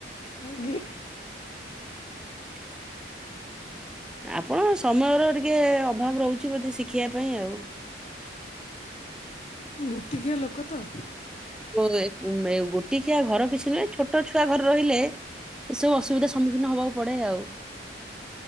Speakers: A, on the left; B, in the centre.
A: ଆଜ୍ଞା
B: <inaudible> ଆପଣ ସମୟର ଟିକେ ଅଭାବ ରହୁଚି ବୋଧେ ଶିଖିବା ପାଇଁ ଆଉ।
A: ଗୋଟିକିଆ ଲୋକ ତ।
B: ଗୋ ଗୋଟି କିିଆ ଘର କିଛି ନୁହେଁ ଛୋଟ ଛୁଆ ଘରେ ରହିଲେ ଏସବୁ ଅସୁବିଧା ସମ୍ମୁଖୀନ ହବାକୁ ପଡେ ଆଉ।